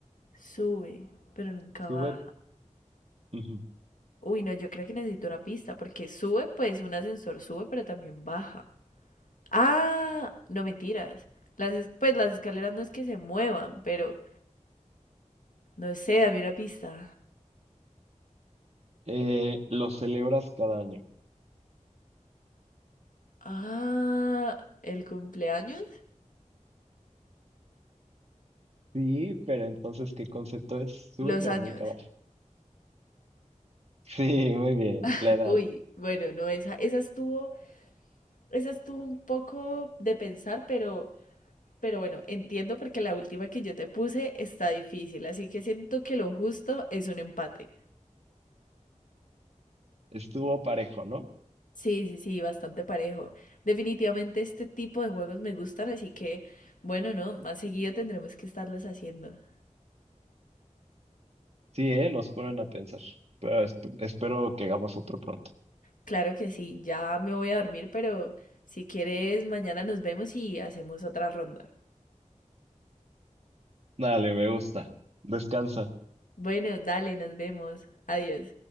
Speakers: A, on the left; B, on the right.
A: Sube, pero nunca
B: Sube,
A: baja.
B: ujú.
A: Uy, no, yo creo que necesito una pista, porque sube, pues un ascensor sube, pero también baja. Ah, no mentiras. Las, es- pues las escaleras no es que se muevan, pero... No sé, dame una pista.
B: Eh, lo celebras cada año.
A: Ah, el cumpleaños.
B: Sí, pero entonces, ¿qué concepto es? Sube,
A: Los
B: pero
A: años.
B: nunca baja. <laughs> Sí, muy bien,
A: <laughs>
B: la edad.
A: Uy, bueno, no, esa, esa estuvo, esa estuvo un poco de pensar, pero, pero bueno, entiendo porque la última que yo te puse está difícil, así que siento que lo justo es un empate.
B: Estuvo parejo, ¿no?
A: Sí, sí, sí, bastante parejo. Definitivamente este tipo de juegos me gustan, así que, bueno, no, más seguido tendremos que estarlos haciendo.
B: Sí, ¿eh? Nos ponen a pensar. Pero esp- espero que hagamos otro pronto.
A: Claro que sí, ya me voy a dormir, pero si quieres, mañana nos vemos y hacemos otra ronda.
B: Dale, me gusta. Descansa.
A: Bueno, dale, nos vemos. Adiós.